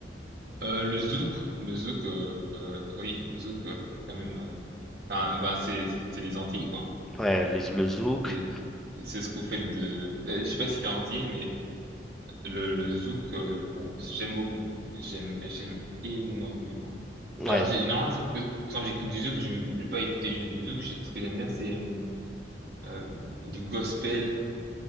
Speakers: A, on the right (about 60°); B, in the centre.
A: Euh, le zouk, le zouk, euh, euh, oui, le zouk, euh, c'est quand même, euh, enfin, bah, c'est, c'est les Antilles, quoi.
B: Ouais, les- le Zouk.
A: C'est, c'est ce que vous faites de, euh, je sais pas si t'es antillais, mais le, le zouk, euh, bon, j'aime beaucoup. J'aime, j'aime énormément.
B: Ouais.
A: Alors, j'ai, non, quand j'écoute du zouk, je, je vais pas écouter juste du zouk. Je- Ce que j'aime bien, c'est euh, euh, du gospel